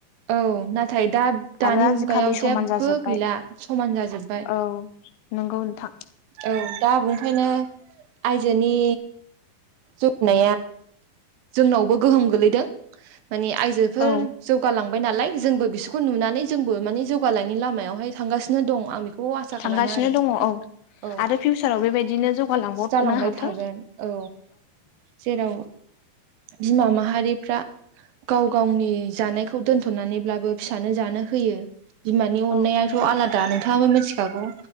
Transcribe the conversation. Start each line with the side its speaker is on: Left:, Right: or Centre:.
Right: औ नाथाय दा दानि
Left: आरो आजिखालि
Right: मुगायाव
Left: समान
Right: जेबो
Left: जाजोब्बाय
Right: गैला समान जाजोब्बाय
Left: औ नंगौ नोंथां
Right: औ दा बुखायनो आइजोनि जौनाया जोंनावबो गोहोम गोलैदों माने आइजोफोर
Left: औ
Right: जौगालांबाय नालाय जोंबो बिसोरखौ नुनानै जोंबो माने जौगालांनि लामायावहाय थांगासिनो दं आं बे खौ आसा खालामो
Left: थांगासिनो
Right: आरो नोंथां
Left: दङ औ
Right: औ
Left: आरो फिउचाराव बेबायदिनो जौगालांबावनो
Right: जालांबाय
Left: हाथों
Right: थागोन औ जेराव बिमा माहारिफ्रा गाव गावनि जानायखौ दोन्थ'नानैब्लाबो फिसानो जानो होयो बिमानि अननायाथ'
Left: औ नंगौ
Right: आलादा नोंथाङाबो मिथिखागौ